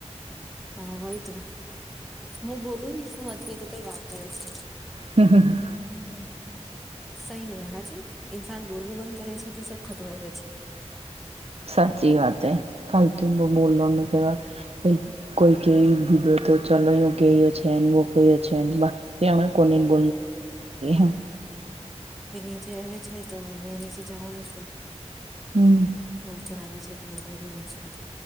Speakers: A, in the centre; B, on the right.
A: હા હોય તો હું બોલું ને શું અત તો કઈ વાત કરે છે
B: હમ હમ
A: સહી ન હાજી ઇન્સાન બોલનું બંધ કરે છે તો સબ ખતમ આવેે છે
B: સાચી વાત એ ફાલતું બોલોનું કેવા કઈ કોઈ કવી દીધો તો ચલો એુ ક્યો છેને બ કયો છે ને બ <unintelligible>
A: બે નીચે આવે છે તો મે નીચે જાઉંની છું
B: હમ
A: ઉપર આવે છે તમે બોલો હી છું